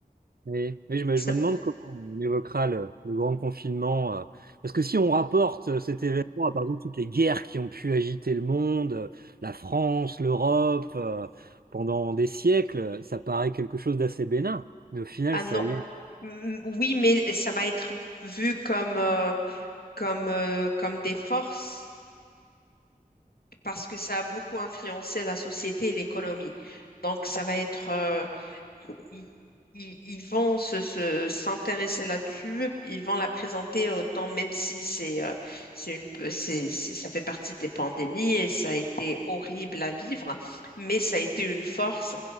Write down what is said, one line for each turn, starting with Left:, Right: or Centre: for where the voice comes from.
Right: Oui, oui, je me,
Left: Ça-
Right: je me demande comment on évoquera le, le grand confinement. euh, parce que si on rapporte euh, cet événement à, par exemple, toutes les guerres qui ont pu agiter le monde, euh, la France, l'Europe, euh, pendant des siècles, ça paraît quelque chose d'assez bénin. Mais au final,
Left: Ah
Right: ça
Left: non,
Right: a eu...
Left: Mm, oui, mais ça va être vu comme, euh, comme, euh, comme des forces. parce que ça a beaucoup influencé la société et l'économie. Donc, ça va être, euh, ils, ils- ils vont se, se- s'intéresser là-dessus, ils vont la présenter autant, même si c'est, euh, c'est une, c'est, c'est- ça fait partie des pandémies et ça a été horrible à vivre, mais ça a été une force